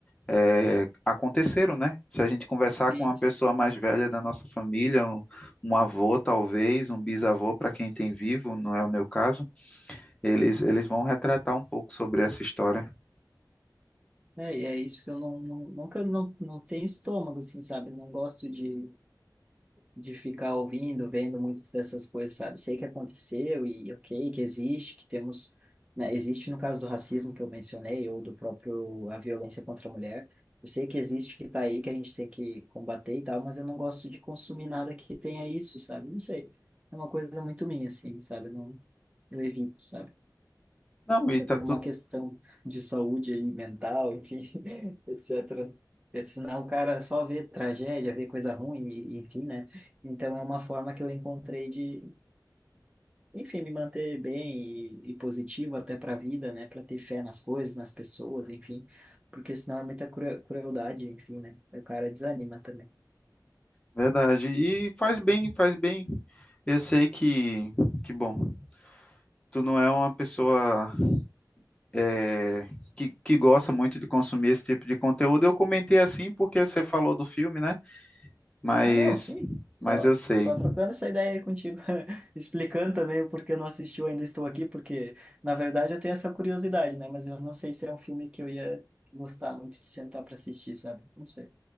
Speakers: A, on the left (about 15°); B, on the right (about 15°).
A: é, aconteceram, né? Se a gente conversar
B: Isso.
A: com uma pessoa mais velha da nossa família, um, um avô talvez, um bisavô para quem tem vivo, não é o meu caso, eles, eles vão retratar um pouco sobre essa história.
B: É, e é isso que eu não, não, não que eu não, não tenho estômago, assim, sabe? Não gosto de, de ficar ouvindo, vendo muito dessas coisas, sabe? Sei que aconteceu e ok, que existe, que temos, né? Existe no caso do racismo que eu mencionei ou do próprio a violência contra a mulher. Eu sei que existe, que tá aí, que a gente tem que combater e tal, mas eu não gosto de consumir nada que tenha isso, sabe? Não sei. É uma coisa muito minha, assim, sabe? Eu Não, eu evito, sabe?
A: Não, e
B: é
A: tá
B: por
A: tudo
B: uma questão de saúde aí, mental, enfim, <laughs> etc. Porque Senão o cara só vê tragédia, vê coisa ruim, e- e enfim, né? Então é uma forma que eu encontrei de, enfim, me manter bem e, e positivo até para a vida, né? Para ter fé nas coisas, nas pessoas, enfim. Porque senão é muita cru- crueldade, enfim, né? O cara desanima também.
A: verdade. E faz bem, faz bem. Eu sei que, que bom, tu não é uma pessoa é, que, que gosta muito de consumir esse tipo de conteúdo. Eu comentei assim porque você falou do filme, né? Mas,
B: Ah, não, sim.
A: mas
B: Só,
A: eu sei.
B: só trocando essa ideia aí contigo, <laughs> explicando também o porquê eu não assisti, eu ainda estou aqui, porque na verdade eu tenho essa curiosidade, né? Mas eu não sei se é um filme que eu ia gostar muito de sentar para assistir, sabe? Não sei.